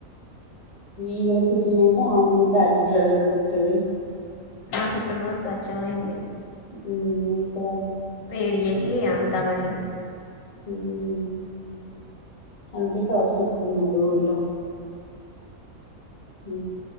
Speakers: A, on the left; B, on the left.
A: ఈవిడ ఇ ఆవునే ప్యాకెట్ల ఎల్ దొరుకుతది
B: మాకు ఇక్కడ నుో స్వచ్ఛం అయింది
A: ఉ
B: వేడి చేసి అమ్ముతామండి
A: హ్మ్. అందుకే కాస్ట్ ఎక్కువందండి ఊర్లో హ